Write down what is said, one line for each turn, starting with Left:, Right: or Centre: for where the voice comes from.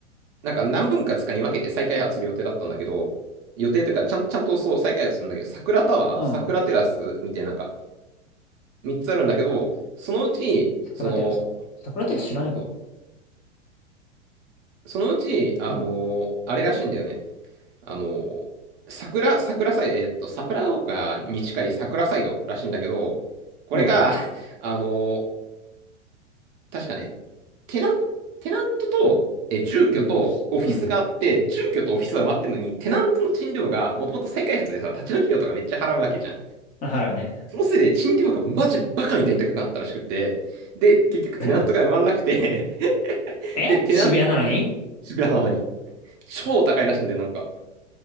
Right: なんか何分割かに分けて再開発する予定だったんだけど、予定というか、ちゃん、ちゃんとそう再開発するんだけど、桜タワー、
Left: うん。
Right: 桜テラスみたいな、なんか3つあるんだけど、そのうち、
Left: 桜テラスかな。
Right: その、
Left: 桜テラス知らねえかも。
Right: そうそのうち、あのーあれらしいんだよね。
Left: うん。
Right: あの、桜、桜サイド、えーっと、桜丘に近い桜サイドらしいんだけど、これが、
Left: うん。
Right: <laughs> あの、確かね、テナン、テナントと、え、住居とオフィスがあって、
Left: うん。うん。
Right: 住居とオフィスは埋まってるのに、テナントの賃料が、もともと再開発でさ、立ち退き料とかめっちゃ払うわけじゃん。
Left: あ、払うね。
Right: そのせいで賃料がマジバカみたいに高くなったらしくって、で、結局テナントが埋まんなくて
Left: <laughs> うん
Right: <laughs>
Left: え渋谷なのに
Right: で、テナント、渋谷なのに、超高いらしいんだよ、なんか。